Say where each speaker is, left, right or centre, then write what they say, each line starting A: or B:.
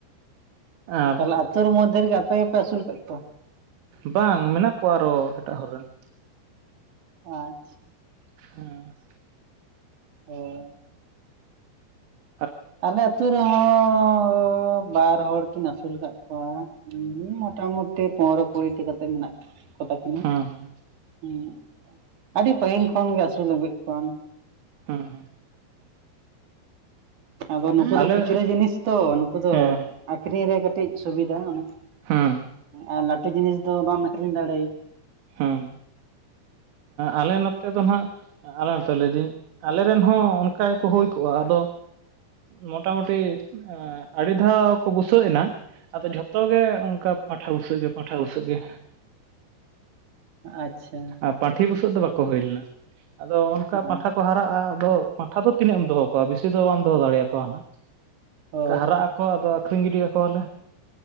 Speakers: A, on the right (about 90°); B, on the right (about 45°).
A: ᱟᱨ
B: ᱛᱟᱦᱞᱮ ᱟᱛᱳ ᱨᱮ ᱢᱚᱫᱽᱫᱷᱮ ᱨᱮᱹᱜᱮ ᱟᱼᱯᱮ ᱜᱮ ᱯᱮ ᱟᱹᱥᱩᱞ ᱠᱟᱜ ᱠᱚᱣᱟᱹ
A: ᱵᱟᱝ ᱢᱮᱱᱟᱜ ᱠᱚᱣᱟᱹ ᱟᱨᱚ ᱮᱴᱟᱜ ᱦᱚᱨ ᱨᱮᱱ
B: ᱟᱼᱪᱷᱟ
A: ᱦᱮᱸ
B: ᱚᱦᱸ
A: ᱚᱦᱸ
B: ᱟᱞᱮ ᱟᱛᱳ ᱨᱮᱦᱚᱸ ᱵᱟᱨ ᱦᱚᱲ ᱠᱤᱱ ᱟᱹᱥᱩᱞ ᱟᱼᱠᱟᱫ ᱠᱚᱣᱼᱟ ᱦᱮᱸ ᱢᱳᱚᱴᱟᱢᱩᱴᱤ ᱯᱚᱱᱨᱚ ᱠᱩᱲᱤ ᱠᱟᱹᱛᱮ ᱢᱮᱱᱟᱜᱼᱟᱹ ᱠᱚᱛᱟ ᱠᱤᱱᱟᱹ
A: ᱦᱮᱸ
B: ᱦᱮ ᱟᱹᱰᱤ ᱯᱟᱹᱦᱤᱞ ᱠᱷᱚᱱ ᱜᱮ ᱟᱹᱥᱩᱞ ᱞᱟᱹᱜᱤᱫ ᱠᱚᱹᱣᱟᱢ
A: ᱦᱮᱸ ᱦᱮᱸ
B: ᱟᱼᱫᱚ ᱱᱩᱠᱩ
A: ᱟᱞᱮ
B: ᱫᱚ ᱠᱷᱩᱪᱨᱟᱹ ᱡᱤᱱᱤᱥ ᱛᱚ ᱱᱩᱠᱩ ᱫᱚ
A: ᱦᱮᱸ
B: ᱟᱹᱠᱷᱨᱤᱧ ᱨᱮ ᱠᱟᱹᱴᱤᱡ ᱥᱩᱵᱤᱫᱷᱟ ᱚᱱᱟ
A: ᱦᱮᱸ
B: ᱟᱨ ᱞᱟᱹᱴᱩ ᱡᱤᱱᱤᱥ ᱫᱚ ᱵᱟᱢ ᱟᱹᱠᱷᱨᱤᱧ ᱫᱟᱲᱮᱭᱟ
A: ᱦᱮᱸ ᱟᱼᱞᱮ ᱱᱚᱛᱮ ᱫᱚ ᱱᱟᱜ ᱟᱮ ᱱᱛᱚ ᱞᱟᱹᱭᱫᱟᱹᱧ ᱟᱼᱞᱮᱨᱮᱱ ᱦᱚᱸ ᱚᱱᱹᱠᱟ ᱜᱮ ᱠᱚ ᱦᱩᱭ ᱠᱚᱜᱼᱟ ᱟᱼᱫᱚ ᱢᱚᱴᱟᱢᱩᱴᱤ ᱟᱹᱰᱤ ᱫᱷᱟᱼᱣ ᱠᱚ ᱵᱩᱥᱟᱹᱜ ᱮᱱᱟᱹᱧ ᱟᱼᱫᱚ ᱡᱷᱚᱛᱚ ᱜᱮ ᱚᱱᱠᱟ ᱯᱟᱸᱴᱷᱟ ᱵᱩᱥᱟᱹᱜ ᱜᱮ ᱯᱟᱸᱴᱷᱟ ᱵᱩᱥᱟᱹᱜ ᱜᱮ
B: ᱟᱪᱪᱷᱟ
A: ᱟᱨ ᱯᱟᱱᱴᱷᱤ ᱵᱩᱥᱟᱹᱜ ᱫᱚ ᱵᱟᱠᱚ ᱦᱩᱭ ᱞᱮᱱᱟᱹᱧ ᱟᱼᱫᱚ ᱚᱱᱠᱟᱹ
B: ᱦᱮᱸ
A: ᱯᱟᱱᱴᱷᱟ ᱠᱚ ᱠᱚ ᱦᱟᱨᱟᱜᱼᱟ ᱟᱼᱫᱚ ᱯᱟᱱᱴᱷᱟ ᱫᱚ ᱛᱤᱱᱟᱹᱜ ᱮᱢ ᱫᱚ ᱦᱚᱸ ᱠᱚᱣᱟᱹ ᱵᱮᱥᱤ ᱫᱚ ᱵᱟᱢ ᱫᱚ ᱦᱚᱸ ᱫᱟᱲᱮᱭ ᱟᱼᱠᱚᱣᱟ ᱦᱱᱟᱜ
B: ᱦᱳᱭ
A: ᱦᱟᱨᱟᱜ ᱟᱠ ᱠᱚ ᱟᱼᱫᱚ ᱟᱹᱠᱷᱨᱤᱧ ᱜᱤᱰᱤ ᱠᱟᱠᱚᱣᱟᱹᱞᱮ